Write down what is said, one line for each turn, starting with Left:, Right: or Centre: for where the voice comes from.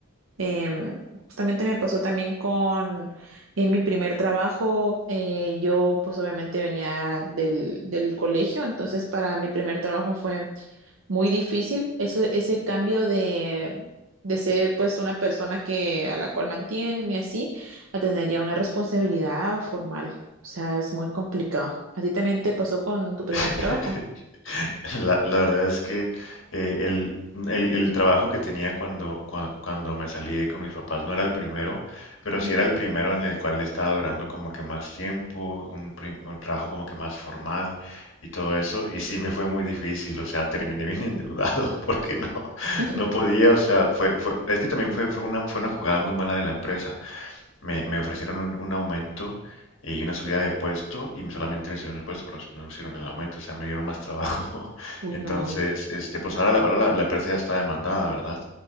Right: Em, justamente me pasó también con eh, mi primer trabajo. eh, yo pues obviamente venía del, del colegio, entonces para mi primer trabajo fue muy difícil. Eso, ese cambio de, de ser pues una persona que, a la cual mantienen y así, a tener ya una responsabilidad formal. O sea, es muy complicado. ¿A ti también te pasó con
Left: <laughs>
Right: tu primer
Left: <laughs>
Right: trabajo?
Left: La, la verdad es que eh, el, el- el trabajo que tenía cuando, cua- cuando me salí de con mis papás no era el primero, pero
Right: Ujú.
Left: sí era el primero en el cual estaba durando como que más tiempo, un, pri- un trabajo como que más formal y todo eso, y sí me fue muy difícil, o sea, terminé bien endeudado <laughs> porque no,
Right: <laughs>
Left: no podía, o sea, fue, fue, es que también fue, fue una, fue una jugada muy mala de la empresa me, me ofrecieron un, un aumento y una subida de puesto y solamente me hicieron el puesto, pero no me hicieron el aumento, o sea, me dieron más trabajo. <laughs>
Right: Uy,
Left: Entonces,
Right: no.
Left: este, pues ahora, la, ahora la, la empresa ya está demandada, ¿verdad?